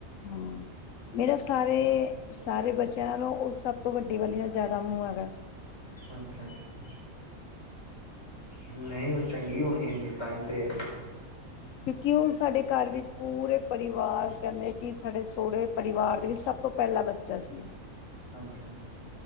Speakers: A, on the left; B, on the left.
A: ਹਾਂ ਮੇਰਾ ਸਾਰੇ ਸਾਰੇ ਬੱਚਿਆਂ ਨਾਲੋਂ ਉਹ ਸਭ ਤੋਂ ਵੱਡੀ ਵਾਲੀ ਨਾਲ ਜ਼ਿਆਦਾ ਮੋਹ ਹੈਗਾ।
B: ਅੱਛਾ-ਅੱਛਾ। ਨਹੀ ਉਹ ਚੰਗੀ ਹੋਣੀ ਇਨੀ ਤਾਹੀ ਤੇ
A: ਕਿਉਕਿ ਉਹ ਸਾਡੇ ਘਰ ਵਿੱਚ ਪੂਰੇ ਪਰਿਵਾਰ ਕਹਿੰਦੇ ਕਿ ਸਾਡੇ ਸੋਹੁਰੇ ਪਰਿਵਾਰ ਦੇ ਵਿੱਚ ਸਭ ਸਭ ਤੋਂ ਪਹਿਲਾ ਬੱਚਾ ਸੀ।
B: ਅੱਛਾ।